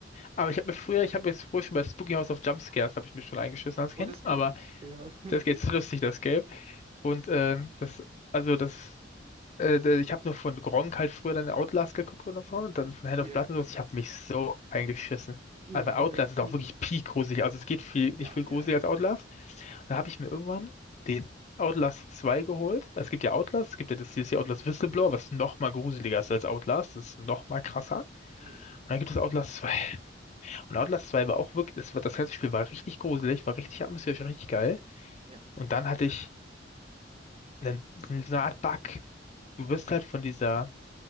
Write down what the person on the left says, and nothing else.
Aber ich habe mir früher, ich habe mir früher schon bei Spooky House of Jumpscares, habe ich mir schon eingeschissen als Kind.
Aber
das geht lustig, das Game. Und ähm, das, also das, äh, der- ich habe nur von Gronkh halt früher dann Outlast geguckt oder so und dann von Hand
of Blood und sowas. Ich habe mich so eingeschissen.
Aber Outlast
ist auch wirklich
peak gruselig. Also es geht viel, nicht
viel
gruseliger
als Outlast. Dann habe ich mir irgendwann den Outlast 2 geholt. Es gibt ja Outlast, es gibt ja das DLC Outlast Whistleblower, was noch mal gruseliger ist als Outlast. Das ist noch mal krasser.
Und dann gibt es Outlast 2. Und Outlast 2 war auch wirklich, das, war- das ganze Spiel war richtig gruselig, war richtig atmosphärisch, richtig geil.
Und dann hatte ich eine, so eine Art Bug. Du wirst halt von dieser,